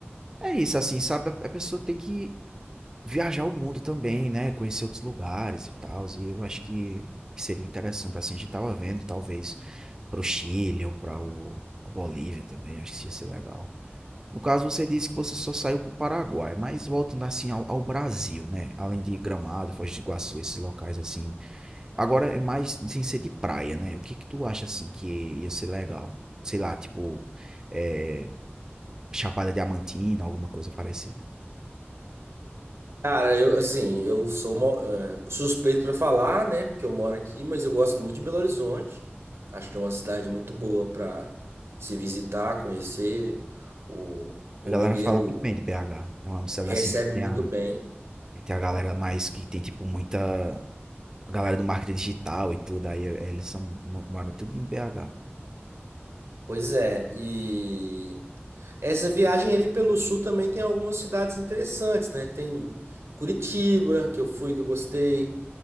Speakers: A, on the right (about 15°); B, on the right (about 85°).
A: é isso, assim, sabe? A a pessoa tem que viajar o mundo também, né? Conhecer outros lugares e tal, e eu acho que seria interessante, assim, a gente tava vendo, talvez, pro Chile ou pra o, a Bolívia também, acho que isso ia ser legal. No caso, você disse que você só saiu para o Paraguai, mas voltando assim ao, ao Brasil, né? Além de Gramado, Foz do Iguaçu, esses locais assim. Agora é mais sem ser de praia, né? O que que tu acha assim que ia ser legal? Sei lá, tipo é, Chapada Diamantina, alguma coisa parecida.
B: Cara, eu, assim, eu sou mo- eh, suspeito pra falar, né? Porque eu moro aqui, mas eu gosto muito de Belo Horizonte. Acho que é uma cidade muito boa pra se visitar, conhecer. O, o
A: A galera
B: mineiro
A: fala muito bem de BH. É uma cidade
B: recebe
A: assim que tem
B: muito
A: a,
B: bem.
A: tem a galera mais que tem tipo muita galera do marketing digital e tudo. Aí eh, eles são, moram tudo em BH.
B: Pois é, e Essa viagem ali pelo sul também tem algumas cidades interessantes, né? Tem Curitiba, que eu fui, que eu gostei.